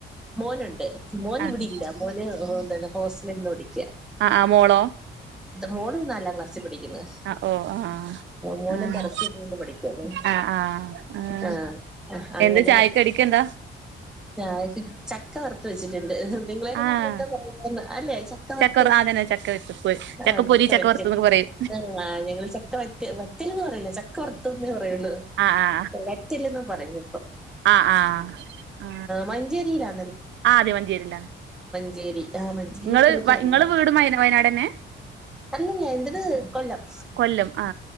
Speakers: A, in the centre; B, on the right.
A: മോനുണ്ട് മോൻ
B: ആഹ്
A: ഇവിടെ ഇല്ല മോന് എന്താന്ന് ഹോസ്റ്റലി നിന്ന് പഠിക്ക്
B: ആ ആമോളോ
A: മോള് നാലാംക്ലസ് പഠിക്കുന്ന്
B: ആഹ് ഓ ആഹ്
A: മോന്
B: ആഹ്
A: ദറസി നിന്ന് പഠിക്കാണ്
B: ആഹ് ആഹ് ആഹ്
A: ആ അങ്ങനെ
B: എന്താ ചായക്കടിക്കെന്താ
A: ചായക്ക് ചക്ക വറുത്ത് വെച്ചിട്ട് ടുണ്ട്
B: ആഹ്
A: നല്ലന്താ പറയ അല്ലെ ചക്ക വറത്ത്
B: ചക്കവർ അതന്നെ ചക്ക വറുത്തത് ചക്കപ്പൊരി
A: ആ ചക്ക വ
B: വറുത്തന്നൊക്കെ പറയും
A: ആങ്ങള് ചക്ക വറ്റ വറ്റല്ന്ന് പറയില്ല ചക്ക വർത്തന്നെ പറയുള്ളൂ
B: ആ ആ
A: വറ്റൽ എന്ന പറഞ്ഞ
B: ആ ആ ആ
A: മഞ്ചേരിയിലാ
B: ആ അതെ മഞ്ചേരിയിലാണ്
A: മഞ്ചേരി ആ മഞ്ചേരിക്കെ
B: ഇങ്ങള്
A: എനിക്ക് അറിയാം
B: ഇങ്ങള് വീടും വയ വയനാടന്നെ
A: അലല്ല എന്റെത് കൊല്ലം
B: കൊല്ലം ആ